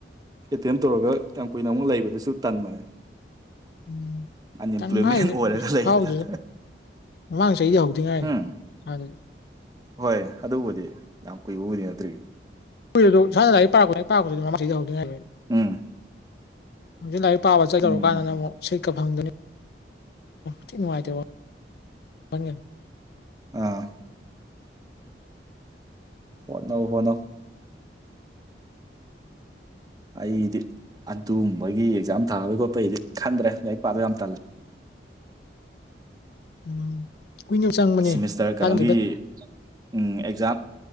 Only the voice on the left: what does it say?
ꯎꯝ
ꯇꯟꯕ ꯍꯥꯏꯁꯦ
ꯀꯩꯁꯨ
ꯈꯥꯎꯗꯦꯗ ꯃꯃꯥꯡ ꯆꯍꯤꯗꯤ ꯍꯧꯗꯉꯥꯏ
ꯏꯁꯗꯩ
ꯀꯏꯔꯣ ꯁꯅ ꯂꯥꯏꯛ ꯄꯥꯛꯄ ꯄꯥꯛꯄ ꯍꯥꯏ
ꯍꯧꯖꯤꯛ ꯂꯥꯏꯔꯤꯛ ꯄꯥꯕ ꯆꯠ ꯇꯧꯔ
ꯀꯥꯟꯗꯅ ꯑꯃꯨꯛ ꯁꯤꯠꯀ ꯐꯪꯗꯣꯏꯅꯤ ꯊꯤ ꯅꯨꯡꯉꯥꯏꯇꯦꯕ <unintelligible>
ꯎꯝ ꯀꯨꯏꯅ ꯆꯪꯕꯅꯦ
ꯆꯥꯗꯣ